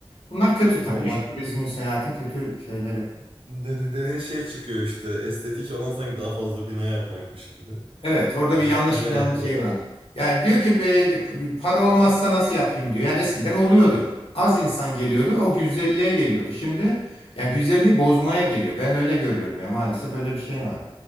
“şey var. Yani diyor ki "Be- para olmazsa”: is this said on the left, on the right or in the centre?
Left